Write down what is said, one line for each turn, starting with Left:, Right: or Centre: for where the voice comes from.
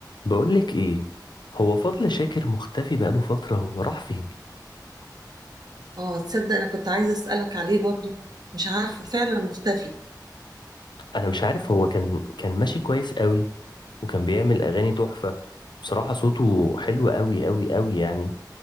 Left: بقولك ايه هو فضل شاكر مختفي بقاله فترة هو راح فين
Right: اه تصدق انا كنت عايزه اسالك عليه برضو مش عارفه فعلا مختفي
Left: انا مش عارف هو كان كان ماشي كويس قوي وكان بيعمل اغاني تحفة بصراحة صوته حلو قوي قوي قوي يعني